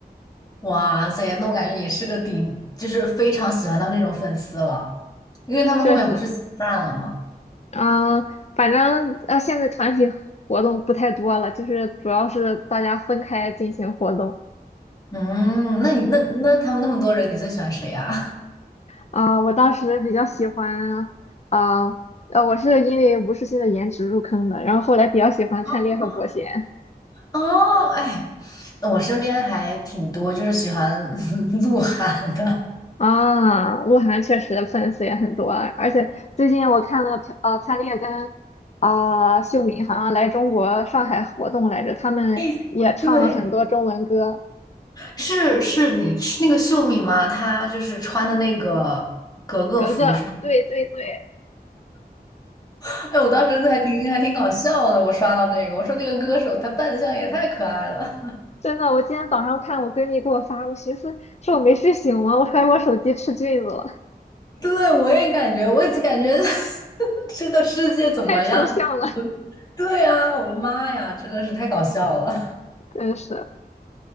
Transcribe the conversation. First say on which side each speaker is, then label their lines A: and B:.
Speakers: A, on the left (about 25°); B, on the left (about 40°).
A: <laughs> 哇塞，那我感觉也是个顶，就是非常喜欢他们那种粉丝了，因为他们后面不是解散了吗？
B: <laughs> 确实，嗯、反正呃现在团体活动不太多了，就是主要是大家分开进行活动。
A: 嗯，那你那那他们那么多人，你最喜欢谁呀、
B: 啊、我当时比较喜欢，啊、呃，我是因为吴世勋的颜值入坑的，然后后来比较喜欢灿烈和伯贤
A: <laughs> 哦，哎，我身边还挺多，就是喜欢 <laughs> 鹿晗的。
B: 啊，鹿晗确实粉丝也很多啊，而且最近我看了朴，呃，灿烈跟啊、秀敏好像来中国上海活动来着，他们也唱了很多中文歌，
A: 哎，对，是是，你是那个秀敏吗？她就是穿的那个格格服是吗？
B: 格格，对对对，
A: <laughs> 哎，我当时还挺还挺搞笑的，我刷到这个，我说那个歌手他扮相也太可爱了。
B: 真的，我今天早上看我闺蜜给我发，我寻思是我没睡醒吗？我怀疑我手机吃菌子了，
A: <laughs> 对，我也感觉，我也是感觉 <laughs> 这个世界怎么样？
B: 太抽象了，
A: <laughs> 对呀，我的妈呀，真的是太搞笑了。
B: <laughs> 真是。